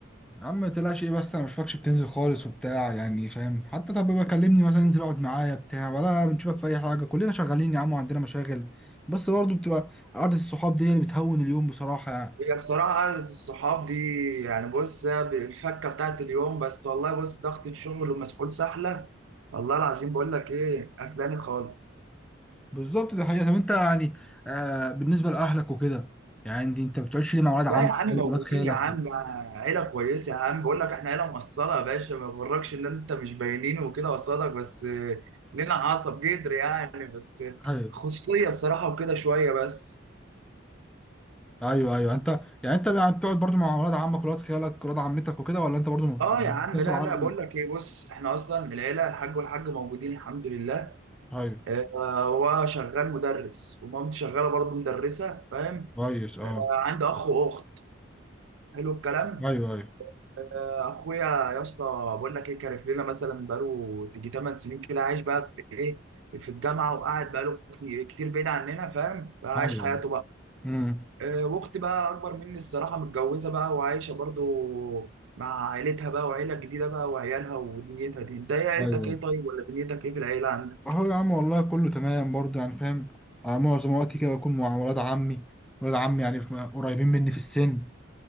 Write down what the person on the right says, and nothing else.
هي بصراحة قعدة الصحاب دي يعني بص هي الفكة بتاعت اليوم بس والله بص ضغط الشغل ومسؤول سهلة والله العظيم بقول لك ايه قفلاني خالص
لا يا عم
موجودين
يا عم عيلة كويسة يا عم بقول لك احنا عيلة موصلة يا باشا ما يغركش ان انت مش باينين وكده قصادك بس آه، لنا عصب جدر يعني بس آه،
خصوصية الصراحة وكده شوية بس
اه يا عم
لا
لا بقول لك ايه بص احنا اصلا العيلة الحاج والحاج موجودين الحمد لله
آه، هو شغال مدرس ومامتي شغالة برضه مدرسة فاهم
آه، عندي اخ واخت حلو الكلام
آه، اخويا يا اسطى بقول لك ايه كارف لنا مثلا بقاله تيجي 8 سنين كده عايش بقى في ايه في الجامعه وقاعد بقاله كتير كتير بعيد عننا فاهم فعايش
حياته بقى
آه، واختي بقى اكبر مني الصراحه متجوزه بقى وعايشه برضو مع عيلتها بقى وعيله جديده بقى وعيالها ودنيتها دي انت ايه عيلتك
ايه طيب ولا دنيتك ايه في العيله عندك